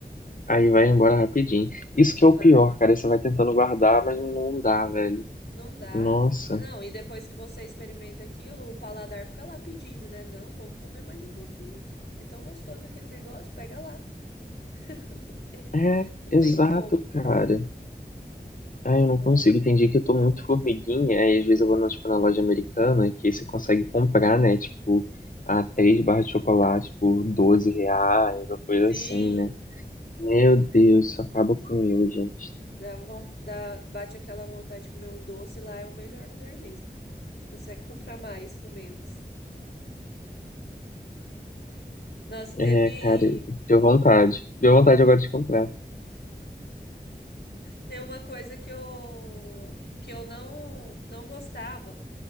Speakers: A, on the left; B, on the left.
A: Aí vai embora rapidinho. Isso que
B: Vai.
A: é o pior, cara. Você vai tentando guardar, mas não dá, velho.
B: Não dá.
A: Nossa,
B: Não, e depois que você experimenta aquilo, o paladar fica lá pedindo, né? Não, vamos comer mais um pouquinho. É tão gostoso aquele negócio, pega lá. <laughs> Não tem,
A: é,
B: não
A: exato,
B: tem como.
A: cara. Ah, eu não consigo.
B: Ai.
A: Tem dia que eu tô muito formiguinha, aí às vezes eu vou na, tipo, na loja americana, que você consegue comprar, né? Tipo, a três barras de chocolate por 12 reais, ou coisa
B: Sim,
A: assim, né? Meu Deus, isso acaba comigo, gente.
B: dá, von- dá, bate aquela vontade de comer um doce, lá é o melhor lugar mesmo. Você consegue <laughs> comprar mais com menos. Nossa,
A: É,
B: teve,
A: cara, deu vontade. Deu vontade agora de comprar.
B: tem uma coisa que eu que eu não não gostava